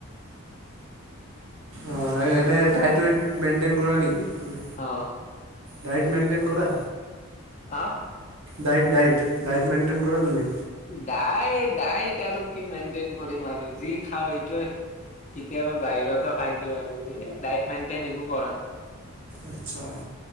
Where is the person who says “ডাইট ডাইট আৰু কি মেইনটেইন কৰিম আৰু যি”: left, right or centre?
Left